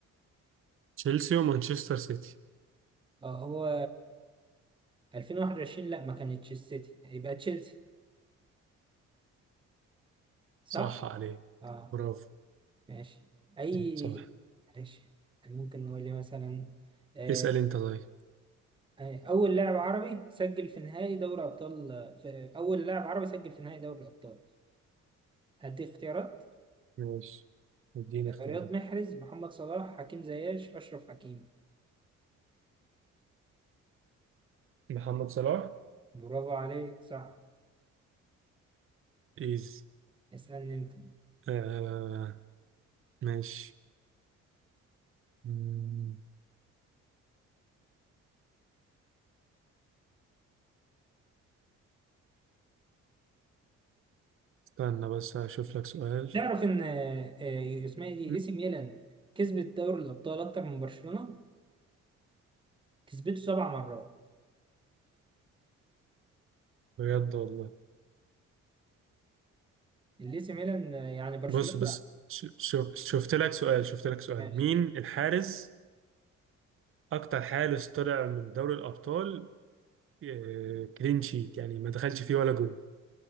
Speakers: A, on the right (about 45°); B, on the right (about 15°).
A: تشيلسي ومانشستر سيتي
B: اه هو 2021 لا ما كانتش السيتي يبقى تشيلسي صح
A: صح عليك
B: اه
A: برافو
B: ماشي اي
A: صح
B: ماشي ممكن نقول لي مثلا آه،
A: اسأل انت طيب
B: اول لاعب عربي سجل في نهائي دوري ابطال في اول لاعب عربي سجل في نهائي دوري الابطال هدي اختيارات
A: ماشي اديني اختيارات
B: رياض محرز محمد صلاح حكيم زياش اشرف حكيم
A: محمد صلاح
B: برافو عليك صح
A: ايز
B: اسالني انت
A: آه ماشي مم، استنى بس هشوف لك سؤال
B: تعرف ان آه، آه، اسمها إيه دي
A: مم،
B: اي سي ميلان كسبت دوري الابطال اكتر من برشلونه كسبته سبع مرات
A: بجد والله
B: الاي سي ميلان آه، يعني برشلونه
A: بص بس ش- شوف شفت لك سؤال شفت لك سؤال
B: ماشي
A: مين الحارس اكتر حارس طلع من دوري الابطال آه كلين شيت يعني ما دخلش فيه ولا جول